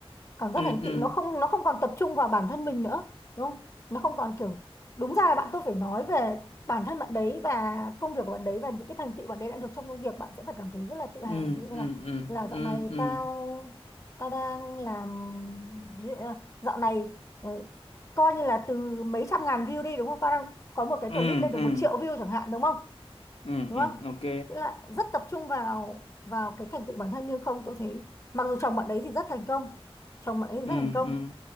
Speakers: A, on the left; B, on the left.
A: cảm giác
B: ừ
A: thành
B: ừ
A: tựu nó không nó không còn tập trung vào bản thân mình nữa đúng không nó không còn kiểu đúng ra là bạn tôi phải nói về bản thân bạn đấy và công việc của bạn đấy và những cái thành tựu bạn đấy đã được trong công việc bạn sẽ phải cảm thấy rất là tự
B: ừ
A: hào ví dụ như
B: ừ
A: là
B: ừ
A: là
B: ừ
A: dạo này
B: ừ
A: tao tao đang làm ví dụ như là dạo này ờ, coi như là từ mấy trăm ngàn view đi đúng không tao đang có một cái
B: ừ
A: clip lên được
B: ừ
A: một triệu view chẳng hạn đúng không
B: ừ
A: đúng
B: ừ
A: không
B: ok
A: tức là rất tập trung vào vào cái thành tựu bản thân nhưng không tôi thấy mặc dù chồng bạn đấy thì rất thành công chồng bạn ấy thì
B: ừ
A: rất thành công
B: ừ